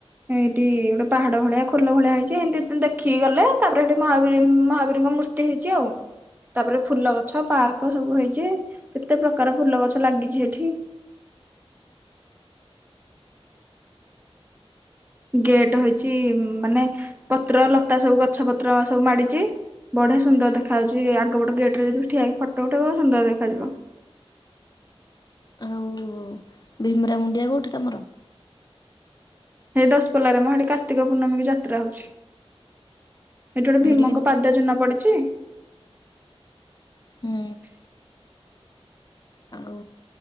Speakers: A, on the right; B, on the left.
A: ଏଇଠି ଗୋଟେ ପାହାଡ ଭଳିଆ ଫୁଲ ଭଳିଆ ହେଇଛି ଏମିତି ଦେଖିକି ଗଲେ ତାପରେ ସେଠି ମହାବୀର ମହାବୀରଙ୍କ ମୂର୍ତ୍ତି ହେଇଛି ଆଉ। ତାପରେ ଫୁଲ ଗଛ ପାର୍କ ସବୁ ହେଇଛି କେତେ ପ୍ରକାର ଫୁଲ ଗଛ ଲାଗିଛି ହେଠି ଗେଟ ହେଇଛି ମାନେ ପତ୍ର ଲତା ସବୁ ଗଛ ପତ୍ର ସବୁ ମାଡିଛି ବଢିଆ ସୁନ୍ଦର ଦେଖା ଯାଉଛି ଆଗ ଗୋଟେ ଗେଟ ରେ ଯଦି ଠିଆହେଇକି ଫଟୋ ଉଠେଇବ ସୁନ୍ଦର ଦେଖାଯିବ। <inaudible>
B: ଆଉ ଭୀମରା ମୁୁଣ୍ଡିଆ କୋଉଠି ତମର?
A: ହେଇ ଦଶପଲ୍ଲାରେ ମ୍ ସେଠି କାର୍ତ୍ତିକ ପୂର୍ଣ୍ଣମୀକୁ ଯାତ୍ରା ହଉଛି ଏଠି ଗୋଟେ
B: ଏଇଠିକି
A: ଭୀମଙ୍କ ପାଦ ଚିହ୍ନା ପଡିଛି ହ
B: ହୁଁ
A: <inaudible>
B: ଆଉ